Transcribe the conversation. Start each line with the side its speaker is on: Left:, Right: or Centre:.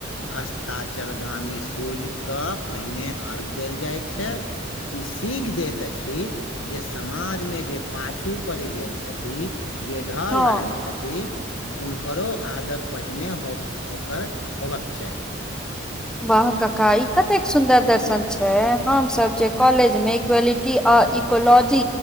Left: अस्ताचलगामी सूर्यजक पहिने अर्घ्य देल जाइ छै ई सीख दैत अछि जे समाजमे जे पाछू पड़ि गेल छथि ति जे ढल
Centre: हँ
Left: रहल छथि हुनकरो आदर पहिने होकर ओकर होबाक चाही
Centre: वाह काका ई कतेक सुन्दर दर्शन छै हम सब जे कॉलेज मे इक्वलिटीअ इ कोलॉजी